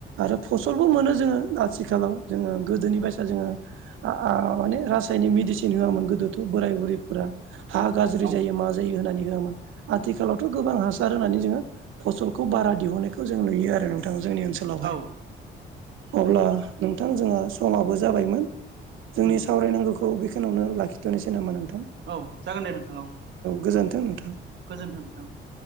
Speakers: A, on the right; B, on the right.
A: आरो फसलबो मोनो जोङो आथिखालाव जोङो गोदोनि बायसा जोङो आ आ माने रासायनिक मिडिसिन होआमोन गोदोथ' बोराय बुरिफोरा। हा गाज्रि
B: औ
A: जायो मा जायो होनानै होआमोन आथिखालावथ' गोबां हासार होनानै जोङो फसल खौ बारा दिहुननायखौ जों नुयो आरो नोंथाङा जोंनि ओनसोलावहाय।
B: औ
A: अब्ला
B: नंगौ
A: नोंथां जोंहा समाबो जाबायमोन जोंनि
B: नंगौ
A: सावरायनांगोखो खौ बेखोनावनो लाखिथ'नोसै नामा नोंथां?
B: औ जागोन दे नोंथां औ।
A: गोजोन्थों नोंथां
B: गोजोन्थों नोंथां औ।